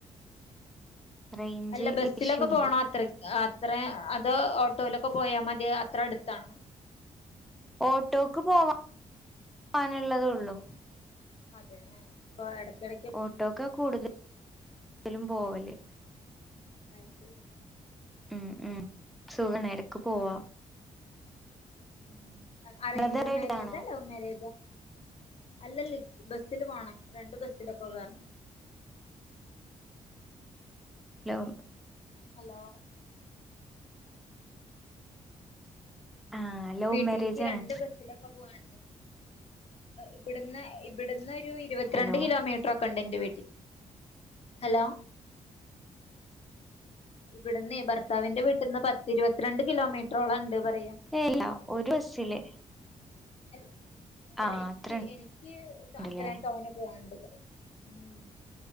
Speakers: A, in the centre; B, on the left.
A: റേഞ്ച്
B: അല്ല ബസിലൊക്കെ
A: ഇഷ്യൂ ഉണ്ട്
B: പോണ അത്ര ആത്രേ അതോ ഓട്ടോയിലൊക്കെ പോയാ മതി അത്ര അടുത്താണ്
A: ഓട്ടോക്ക് പോവാൻ പോവാനുള്ളതൊള്ളു
B: അതെ ഏഹ് ഓ എടക്കെടക്ക്.
A: ഓട്ടോക്കാ കൂടുതൽ ലും പോവല്
B: അയ്ശരി
A: ഉം ഉം സുഖാണ് എടക്ക് പോവാ
B: ഉം. അറേഞ്ജഡ്
A: ബ്രദർ എടുത്താണോ
B: മാരേജാ ലൗ മാരേജാ അല്ലല്ല ബസ്സില് പോണം രണ്ട് ബസ്സിലൊക്കെ കേറണം
A: <unintelligible>
B: ഹലോ
A: ആഹ് ലവ്
B: വീട്ടിൽക്ക്
A: മാരേജ്
B: രണ്ട്
A: ആണ്
B: ബസ്സിലൊക്കെ ക്കെ പോവാണ്ട് ഇബിടുന്ന് ഇബിടുന്ന് ഒരു ഇരുപത്തിരണ്ട്
A: ഹലോ
B: കിലോമീറ്ററൊക്കെ ക്കണ്ട് ന്റെ വീട്ടിക്ക് ഹലോ ഇവിടന്ന് ഭർത്താവിന്റെ വീട്ടിന്ന് പത്തിരുപത്തിരണ്ട് കിലോമീറ്ററോളം ഉണ്ട് പറയ്യാ
A: ഏല്ലാ ഒരു ബസ്സില്
B: അൽ
A: ആഹ്
B: അല്ല ഇക്ക്
A: അത്ര
B: എനിക്ക്
A: ഉണ്ടല്ലേ
B: അത്ര തോനെപോവാണ്ട് പറയും ഉം.